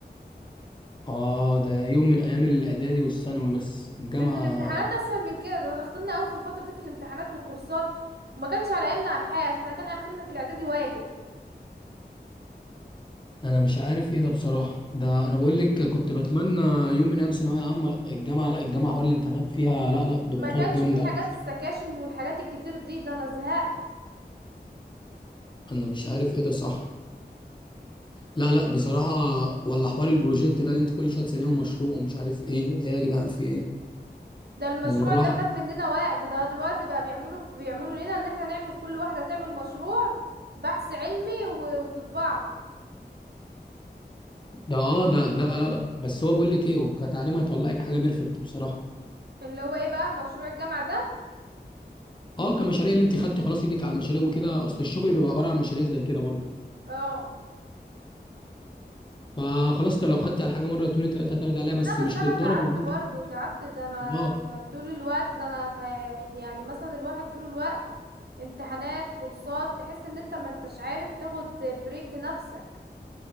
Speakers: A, on the left (about 25°); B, on the right (about 65°).
A: اه ده يوم من ايام الاعدادي والثانوي بس الجامعه
B: كانت الامتحانات اسهل من كده ده ضغطنا قوي في الفتره دي في الامتحانات والكورسات وما كانش على ايامنا ابحاث احنا كان اخرنا في الاعدادي واجب
A: انا مش عارف ايه ده بصراحه ده انا بقول لك كنت بتمنى يوم من ايام ثانويه عامه الجامعه لا الجامعه حوار الامتحانات فيها لا لا ضغوطات
B: ما كانش
A: جامده
B: في
A: أوي.
B: حاجات السكاشن والحاجات الكتير دي ده انا زهقت
A: انا مش عارف ايه ده صح لا لا بصراحه ولا حوار البروجكت ده اللي انت كل شويه تسلمه مشروع ومش عارف ايه ايه يا جدعان في ايه
B: ده المشروع
A: ما بالراحه
B: ده خد مننا وقت ده دلوقتي بقى بيعملوا بيعملوا لنا ان احنا نعمل كل واحده تعمل مشروع بحث علمي و- وتطبعه
A: ده اه ده لا لا لا بس هو بقول لك ايه هو كتعليم هيطلعك حاجه بيرفكت بصراحه
B: اللي هو ايه بقى مشروع الجامعه ده
A: اه كمشاريع اللي انت خدتي خلاص ايدك على المشاريع وكده اصل الشغل بيبقى عباره عن مشاريع زي كده برضه
B: اه
A: فخلاص ت- لو خدتي على حاجه مره اتنين تلاته هتاخدي عليها بس
B: لا
A: مش
B: بس انا
A: للدرجه
B: تعبت برضو
A: دي
B: تعبت ده انا
A: اه
B: طول الوقت ده انا في يعني مثلا الواحد طول الوقت امتحانات كورسات تحس ان انت ما انتش عارف تاخد بريك لنفسك